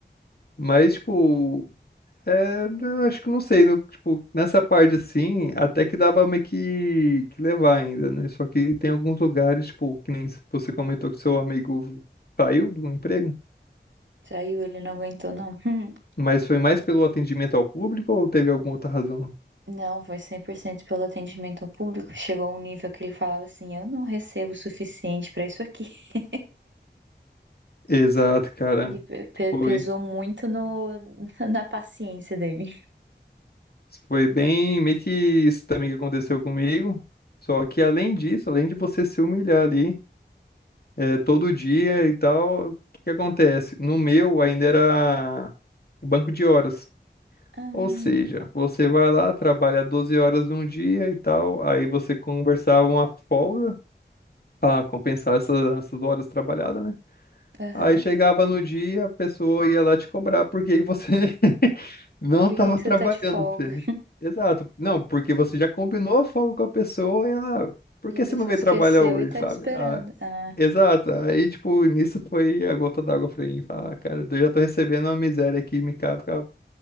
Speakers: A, on the left; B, on the right.
A: Mas, tipo, é, eu acho que não sei, no- tipo, nessa parte assim, até que dava meio que, que levar ainda, né? Só que tem alguns lugares, tipo, que nem você comentou que seu amigo saiu do emprego.
B: Saiu, ele não aguentou, não. <laughs>
A: Mas foi mais pelo atendimento ao público ou teve alguma outra razão?
B: Não, foi 100% pelo atendimento ao público. Chegou a um nível que ele falava assim: eu não recebo o suficiente pra isso aqui. <laughs>
A: Exato, cara.
B: E pe- pe-
A: Foi.
B: pesou muito no, <laughs> na paciência dele.
A: Foi bem, meio que isso também que aconteceu comigo. Só que além disso, além de você se humilhar ali, eh, todo dia e tal, o que que acontece? No meu ainda era banco de horas.
B: Ah,
A: Ou seja, você vai lá, trabalha 12 horas um dia e tal, aí você conversava uma folga para compensar essas, essas horas trabalhadas, né?
B: aham.
A: Aí chegava no dia, a pessoa ia lá te cobrar, porque aí você <laughs> não
B: Por
A: estava
B: que que você
A: trabalhando,
B: tá de folga?
A: entendeu? Exato. Não, porque você já combinou a folga com a pessoa e ela, por
B: E
A: que
B: a pessoa
A: você não veio
B: esqueceu
A: trabalhar hoje,
B: e tá
A: sabe?
B: te esperando.
A: Ah,
B: Ah,
A: exato. Aí, tipo, nisso foi a gota d'água pra mim. Falar, "Ah, cara, eu já tô recebendo uma miséria aqui, me ca- fica,